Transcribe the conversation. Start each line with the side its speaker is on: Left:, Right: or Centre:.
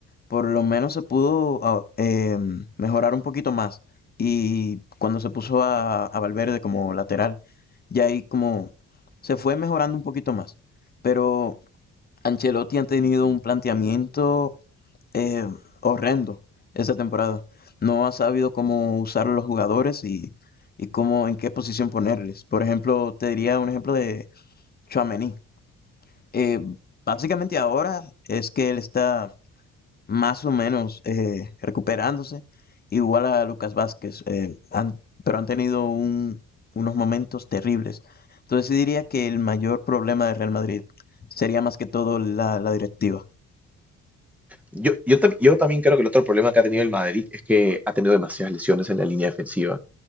Left: por lo menos se pudo ah, eh, mejorar un poquito más. Y cuando se puso a, a Valverde como lateral, ya ahí como se fue mejorando un poquito más. Pero Ancelotti ha tenido un planteamiento eh, horrendo esta temporada. No ha sabido cómo usar a los jugadores y, y cómo, en qué posición ponerles. Por ejemplo, te diría un ejemplo de Tchouaméni. Eh, básicamente ahora es que él está más o menos eh, recuperándose, igual a Lucas Vázquez, eh, han- pero han tenido un- unos momentos terribles. Entonces sí diría que el mayor problema de Real Madrid sería más que todo la, la directiva.
Centre: Yo, yo, tam- yo también creo que el otro problema que ha tenido el Madrid es que ha tenido demasiadas lesiones en la línea defensiva.